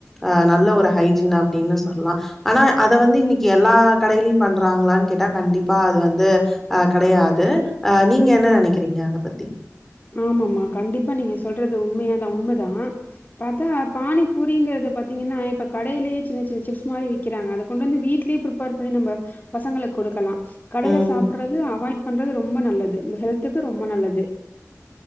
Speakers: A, in the centre; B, on the left (about 35°).
A: அ நல்ல ஒரு ஹைஜீன் அப்டின்னு சொல்லா ஆனா அத வந்து இன்னைக்கு எல்லா கடைலயும் பண்றாங்களான்னு கேட்டா கண்டிப்பா அது வந்து அ கெடையாது அ நீங்க என்ன நெனைக்கிறீங்க அத பத்தி
B: ஆமாமா கண்டிப்பா நீங்க சொல்றது உண்மையாதா உண்மைதா பாத்தா பானி பூரிங்கிறது பாத்தீங்கன்னா இப்ப கடையிலயே சின்ன சின்ன சிப்ஸ் மாரி விக்குறாங்க அத கொண்டு வந்து வீட்லயே ப்ரிப் பேர் பண்ணி நம்ம பசங்களுக்கு கொடுக்கலா கடைல
A: ம்
B: சாப்பிட்றது அவாய்ட் பண்றது ரொம்ப நல்லது நம்ம ஹெல்த்துக்கு ரொம்ப நல்லது